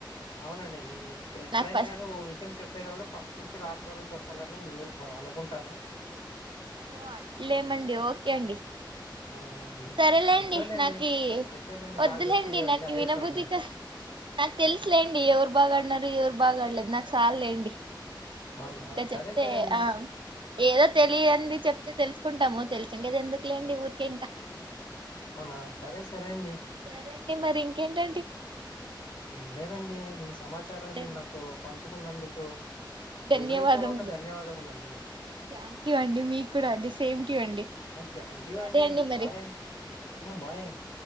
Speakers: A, on the left; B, on the right.
A: అవునండి నేను ఎట్లయినా
B: నాకు ఫస్ట్
A: కాని ఓ విషయం చెప్పేది ఫస్ట్ నుంచి లాస్ట్ రం చెప్పాలని నేను అనుకుంటాను
B: ఓ అట్లేమండి ఓకే అండి
A: అవునవునండి
B: సరేలేండి
A: ఎట్లోలేండి
B: నాకి
A: ఎట్లోలేండి
B: వద్దులేండి
A: బాగా గెలిచింది కదండి
B: నాకు
A: అదే
B: వినభూతిక
A: చాలు మనకి
B: నాకు తెలుసులేండి ఎవరు బాగా ఆడిన ఎవరు బాగాడలేదు నాకు ఒకసార్ లేండి మీరు
A: అవునా
B: ఇంకా
A: సరే
B: చెప్తే
A: సరే అండి
B: ఆ ఏదో తెలియని చెప్తే తెలుసుకుంటాము తెలిసిండి అది ఎందుకు లేండి ఊరికే ఇంకా
A: అవునా సరే సరే అండి
B: సరే అండి మరి ఇంకేంటండి
A: ఏం లేదండి మీ సమాచార
B: సరే
A: నినా తో వచ్చుకున్నందుకు హృదయపూర్వక
B: ధన్యవాదములు
A: ధన్యవాదములండి
B: థ్యాంక్ యూ అండి మీకు కూడా అండి సేమ్ టు యూ అండి
A: థ్యాంక్ యూ
B: సరే
A: అండి
B: మరి
A: బాయ్ బాయ్ అండి